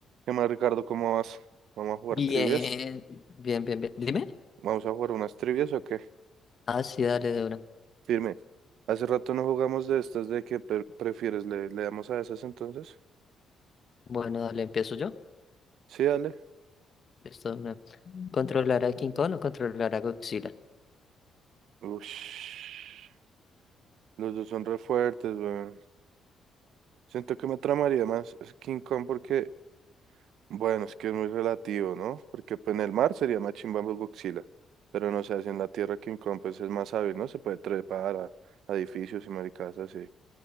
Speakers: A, on the right; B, on the left.
A: ¿Qué más, Ricardo? ¿Cómo vas? ¿Vamos a jugar
B: Bien,
A: trivias?
B: bien, bien, bien. Dime.
A: ¿Vamos a jugar unas trivias o qué?
B: Ah, sí, dale de una.
A: Firme. Hace rato no jugamos de estas, ¿de qué pre- prefieres? ¿Le, le damos a esas entonces?
B: Bueno, dale, empiezo yo.
A: Sí, dale.
B: Esto de una. ¿Controlar a King Kong o controlar a Godzilla?
A: Ush. Los dos son re fuertes, weón. Siento que me tramaría más es King Kong porque, bueno, es que es muy relativo, ¿no? Porque pues, en el mar sería más chimba Godzilla. Pero no sé, así en la tierra King Kong pues es más hábil, ¿no? Se puede trepar a, a edificios y maricas así.